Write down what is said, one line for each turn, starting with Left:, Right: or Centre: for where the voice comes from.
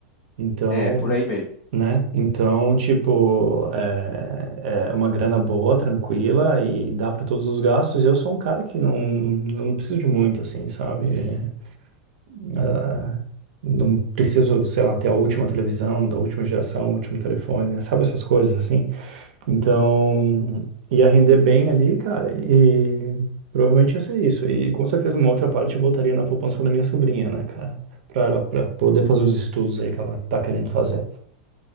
Right: Então,
Left: É, por aí mesmo.
Right: né? Então, tipo, é, é uma grana boa, tranquila e dá para todos os gastos. Eu sou um cara que não, não preciso de muito, assim, sabe? É, Ah, não preciso, sei lá, ter a última televisão, da última geração, o último telefone, né? sabe essas coisas, assim? Então, ia render bem ali, cara, e provavelmente ia ser isso. E com certeza uma outra parte eu botaria na poupança da minha sobrinha, né, cara? Pra ela pra poder fazer os estudos aí que ela tá querendo fazer.